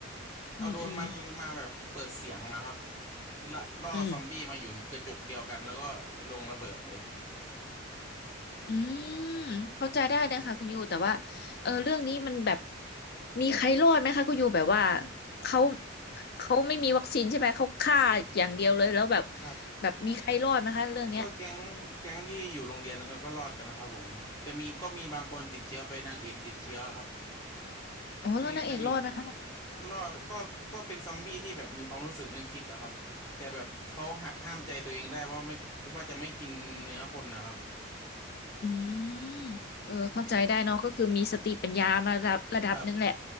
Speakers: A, on the left; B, on the left.
A: เอาโดรนมันมาแบบเปิดเสียงนะครับ
B: อืมอืม
A: ล่าล่อซอมบี้มาอยู่กระจุกเดียวกันแล้วก็ลงระเบิดเลย
B: อืมอืมเข้าใจได้เลยค่ะคุณยูแต่ว่าเออเรื่องนี้มันแบบมีใครรอดไหมคะคุณยูแบบว่าเขาเขาไม่มีวัคซีนใช่ไหมเขาฆ่าอย่างเดียวเลยแล้วแบบ
A: ครับ
B: แบบมีใครรอดไหมคะเรื่องเนี้ย
A: ก็แก๊งแก๊งที่อยู่โรงเรียนก็ก็รอดกันนะครับผมแต่มีก็มีบางคนติดเชื้อไปนางเอกติดเชื้อครับ
B: อ๋อแล้วนางเอกรอดไหมคะ
A: ที่นางเอกรอดก็ก็เป็นซอมบี้ที่แบบมีความรู้สึกนึกคิดนะครับแต่แบบเขาหักห้ามใจตัวเองได้ว่าไม่ว่าจะไม่กินเนื้อคนนะครับ
B: อืมเออเข้าใจได้เนาะก็คือมีสติปัญญามาระดับระดับหนึ่งแหละ
A: ครับ